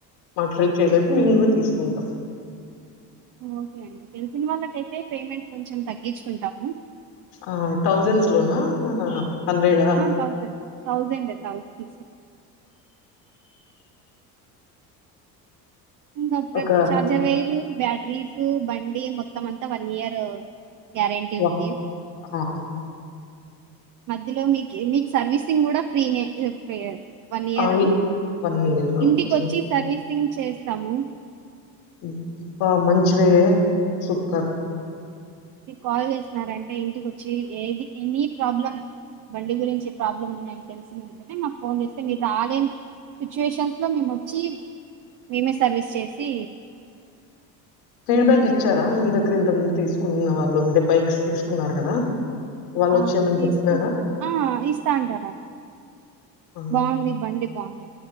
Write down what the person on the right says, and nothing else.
ఓకే అండి తెలిసిన వాళ్ళకైతే పేమెంట్ కొంచెం తగ్గించుకుంటాము
తౌసండ్ తథౌసండే <unintelligible> ఇకా ప్రతి
చార్జర్ వైరు బ్యాటరీస్ బండి మొత్తం అంతా వన్ ఇయర్ గ్యారెంటీ
ఉంది
మధ్యలో మీకు మీకు సర్వీసింగ్ కూడ ఫ్రీనే ఫ్రీ వన్ ఇయరు
ఇంటిక వచ్చి సర్వీసింగ్ చేస్తాము
మీరు కాల్ చేస్తున్నారంటే ఇంటిక వచ్చి ఏది ఎనీ ప్రాబ్లం బండి గురించి ఏ ప్రాబ్లం ఉంది అని తెలిసిన ఉంటనే మాకు ఫోన్ చేస్తే మీ రాలేని సిచ్యుయేషన్స్లో మేము వచ్చి మేమే సర్వీస్ చేసి
ఆ
తీసుకు
ఆ ఇస్తా అంటారా
బాగుంది బండి బాగుంది